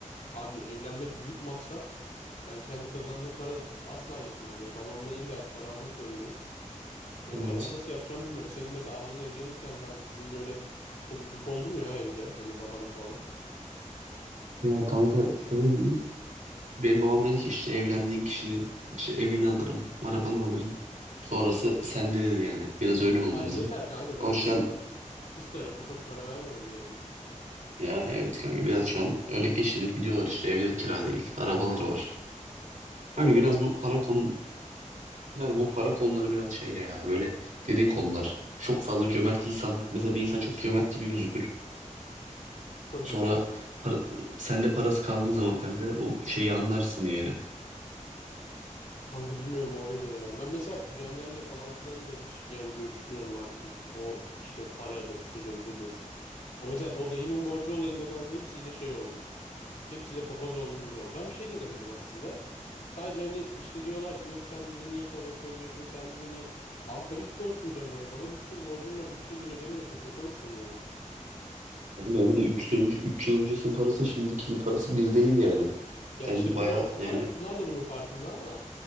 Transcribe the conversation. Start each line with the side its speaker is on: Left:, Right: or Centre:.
Left: Abi evlenmek büyük masraf. Ben kendi kazandığım para asla yetmez yani. Babamdan illaki para almak zorundayım. Yani
Right: Evet.
Left: mesela onu nasıl yapacağım bilmiyorum. Senin mesela ablan evlenirken kanka sizin böyle çok yük oldu mu ya evde hani babana falan?
Right: Ya kanka şöyle diyeyim. Benim babam dedi ki işte evlendiğin kişinin işte evini alırım, arabanı alırım. Sonrası sende dedi yani. Biraz öyle oldu
Left: Yani
Right: bizim.
Left: yeter kanka zaten
Right: O yüzden
Left: kız, kız tarafı çok para vermemeli yani.
Right: yani evet kanka biraz şu an öyle geçinip gidiyorlar işte evleri kira değil, arabaları var.
Left: Ha
Right: Kanka
Left: baba
Right: biraz bu para konu kanka bu para konuları biraz şey ya böyle derin konular. Çok fazla cömert insan mesela bir insan çok cömert gibi gözükür.
Left: çok
Right: Sonra
Left: cimri
Right: para, sende parası kaldığı zaman kanka o şeyi anlarsın yani.
Left: Kanka bilmiyorum o öyle ya. Ben mesela kuzenlerle falan filan da hiç yani görüşmüyorum artık. O işte paradır, şudur, budur. O mesela o dayımın borcu olayında kanka hepsiyle şey oldum. Hepsiyle papaz olduğum gibi oldu. Ben bir şey de demedim aslında. Sadece hani işte diyorlar ki yok sen bize niye tavır koyuyorsun, sen bize niye... Abi tabii ki konuşmayacağım ya. Bana bir sürü borcum var. üç yıldır ödemiyorsun. Şaka mısın yani?
Right: Kanka bir de 300 önce 3 yıl öncesinin parası şimdikinin parası bir değil yani.
Left: Ya
Right: Sen
Left: işte bunu
Right: baya
Left: onlar
Right: yani
Left: onlar da bunun farkında ama